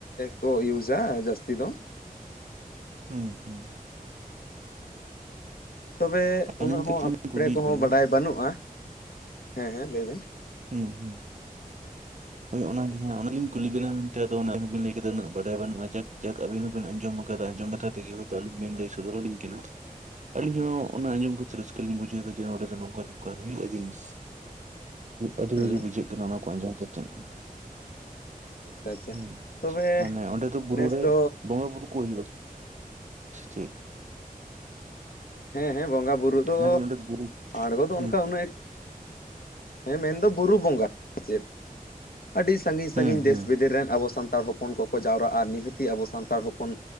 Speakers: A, on the left; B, on the right.
A: ᱠᱚ ᱤᱭᱩᱡᱟ ᱡᱟᱹᱥᱛᱤ ᱫᱚ᱾
B: ᱦᱩᱸ
A: ᱛᱚᱵᱮ
B: ᱟᱹᱞᱤᱧ
A: ᱩᱱᱟᱹᱜ ᱦᱚᱸ
B: ᱠᱟᱹᱴᱤᱡ ᱞᱤᱧ
A: <unintelligible>
B: ᱠᱩᱞᱤᱭᱮᱫ
A: ᱠᱚᱦᱚᱸ
B: ᱵᱮᱱᱟ
A: ᱵᱟᱰᱟᱭ ᱵᱟᱹᱱᱩᱜᱼᱟ᱾ ᱦᱮᱸ ᱦᱮᱸ ᱞᱟᱹᱭᱵᱮᱱ
B: ᱦᱩᱸ ᱦᱩᱸ
A: <unintelligible>
B: ᱦᱚᱭ ᱚᱱᱟ ᱜᱮ ᱦᱟᱜ ᱚᱱᱟᱜᱮᱧ ᱠᱩᱞᱤ ᱵᱤᱱᱟ ᱢᱮᱱᱛᱮ ᱟᱫᱚ ᱚᱱᱟᱵᱤᱱ ᱞᱟᱹᱭ ᱠᱮᱫᱟ ᱩᱱᱟᱜ ᱵᱟᱰᱟᱭ ᱵᱟᱹᱱᱩᱜᱼᱟ ᱡᱟᱠ ᱡᱟᱠ ᱟᱵᱤᱱ ᱵᱤᱱ ᱟᱸᱡᱚᱢ ᱟᱠᱟᱫᱟ ᱟᱸᱡᱚᱢ ᱠᱟᱛᱮ ᱜᱮ ᱦᱚᱭᱛᱥ ᱟᱹᱞᱤᱧ ᱵᱮᱤᱱ ᱞᱟᱹᱭ ᱥᱚᱫᱚᱨᱟᱞᱤᱧ ᱠᱟᱱᱟ᱾
A: <unintelligible>
B: ᱟᱞᱤᱧ ᱦᱚᱸ
A: ᱦᱮᱸ
B: ᱚᱱᱟ ᱟᱸᱡᱚᱢ ᱠᱟᱛᱮ ᱨᱟᱹᱥᱠᱟᱹ ᱞᱤᱧ ᱵᱩᱡᱷᱟᱹᱣᱫᱟ ᱡᱮ ᱱᱚᱰᱮ ᱫᱚ ᱱᱚᱝᱠᱟ ᱱᱚᱝᱠᱟ ᱦᱩᱭᱩᱜᱼᱟ ᱡᱤᱱᱤᱥ ᱟᱹᱰᱤ
A: ᱦᱩᱸ
B: ᱵᱷᱟᱹᱜᱮ ᱵᱩᱡᱷᱟᱹᱣ <unintelligible> ᱠᱚ ᱟᱡᱚᱢ ᱠᱟᱛᱮᱜ
A: ᱟᱪᱪᱷᱟ ᱟᱪᱪᱷᱟ
B: ᱦᱮᱸ
A: ᱛᱚᱵᱮ
B: ᱢᱟᱱᱮ ᱚᱸᱰᱮ ᱛᱚ ᱵᱩᱨᱩ
A: ᱱᱮᱥ
B: ᱨᱮ
A: ᱫᱚ
B: ᱵᱚᱸᱜᱟ ᱵᱩᱨᱩ ᱠᱚ ᱦᱩᱭᱩᱜᱼᱟ <unintelligible>
A: ᱦᱮᱸ ᱦᱮᱸ ᱵᱚᱸᱜᱟᱼ ᱵᱩᱨᱩ ᱫᱚ
B: ᱢᱮᱱᱫᱟᱹᱧ ᱚᱸᱰᱮ ᱵᱩᱨᱩ
A: ᱟᱬᱜᱚ ᱫᱚ
B: ᱦᱮᱸ
A: ᱚᱱᱠᱟ ᱩᱱᱟᱹᱜ ᱦᱮᱸ ᱢᱮᱱᱫᱚ ᱵᱩᱨᱩ ᱵᱚᱸᱜᱟ ᱪᱮᱫ ᱟᱹᱰᱤ ᱥᱟᱺᱜᱤᱧ ᱥᱟᱺᱜᱤᱧ
B: ᱦᱮᱸ ᱦᱮᱸ
A: ᱫᱮᱥ ᱵᱤᱫᱮᱥ ᱨᱮᱱ ᱟᱵᱚ ᱥᱟᱱᱛᱟᱲ ᱦᱚᱯᱚᱱ ᱦᱚᱯᱚᱱ ᱠᱚᱠᱚ ᱡᱟᱣᱨᱟᱜ-ᱟ ᱱᱤᱦᱟᱹᱛᱤ ᱟᱵᱚ ᱥᱟᱱᱛᱟᱲ ᱦᱚᱯᱚᱱ